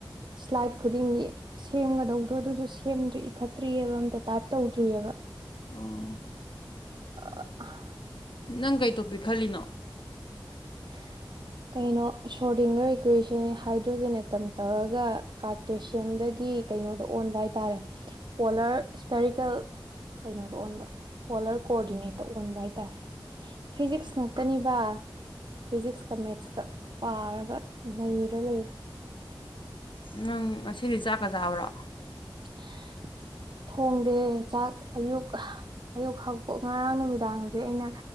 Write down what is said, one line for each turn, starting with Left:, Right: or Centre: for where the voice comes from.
Right: ꯁ꯭ꯂꯥꯏꯠ ꯈꯨꯗꯤꯡꯒꯤ ꯁꯦꯝꯒꯗꯧꯗꯣ ꯑꯗꯨꯁꯨ ꯁꯦꯝꯗ꯭ꯔꯤ ꯏꯈꯠꯇ꯭ꯔꯤꯑꯕ ꯑꯝꯇ ꯇꯥꯏꯞ ꯇꯧꯗ꯭ꯔꯤꯑꯕ
Left: ꯑꯣ
Right: ꯑ ꯑ ꯑꯥ
Left: ꯅꯪ ꯀꯩ ꯇꯣꯄꯤꯛ ꯈꯜꯂꯤꯅꯣ
Right: ꯍꯍ ꯀꯩꯅꯣ ꯁꯣꯔꯗꯤꯡꯒꯔ ꯏꯀ꯭ꯋꯦꯁꯟ ꯍꯥꯏꯗ꯭ꯔꯣꯖꯦꯟ ꯑꯦꯇꯝ ꯇꯧꯔꯒ ꯀꯥꯔꯇꯦꯁꯤꯌꯟꯗꯒꯤ ꯀꯩꯅꯣꯗ ꯑꯣꯟꯕ ꯍꯥꯏ ꯇꯥꯔꯦ ꯄꯣꯂꯔ ꯏꯁꯄꯦꯔꯤꯀꯦꯜ ꯀꯩꯅꯣꯗ ꯑꯣꯟꯕ ꯄꯣꯂꯔ ꯀꯣꯑꯣꯔꯗꯤꯅꯦꯠꯇ ꯑꯣꯟꯕ ꯍꯥꯏ ꯇꯥꯔꯦ ꯐꯤꯖꯤꯛꯁ ꯉꯥꯛꯇꯅꯤꯕ ꯐꯤꯖꯤꯛꯁꯀ ꯃꯦꯠꯁꯀ ꯄꯥꯔꯒ ꯅꯩꯔ ꯂꯩꯔꯦ
Left: ꯅꯪ ꯉꯁꯤꯗꯤ ꯆꯥꯛꯀ ꯆꯥꯕ꯭ꯔꯣ
Right: ꯍꯍ ꯊꯣꯡꯗꯦ ꯆꯥꯛ ꯑꯌꯨꯛ ꯍꯥ ꯑꯌꯨꯛ ꯍꯧꯒ ꯉꯔꯥꯡ ꯅꯨꯃꯤꯗꯥꯡꯖꯦ ꯑꯩꯅ